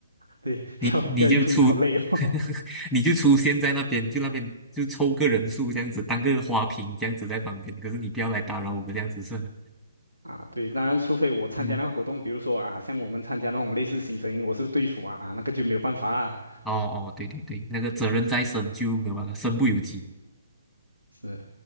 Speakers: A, on the right (about 85°); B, in the centre.
A: 对，<laughs>
B: 你你就出，
A: 要要应付你好累哦。
B: <laughs>
A: <laughs>
B: 你就出现在那边，就那边就凑个人数这样子，当个花瓶这样子在旁边，可是你不要来打扰我们这样子是吧，
A: 啊，对，当然，除非我参加那个活动，
B: 嗯。
A: 比如说啊，像我们参加那种类似新生营，我是队服啊，那个就没有办法啦。
B: 哦哦，对对对，那个责任在身就没有办法，身不由己。
A: 是，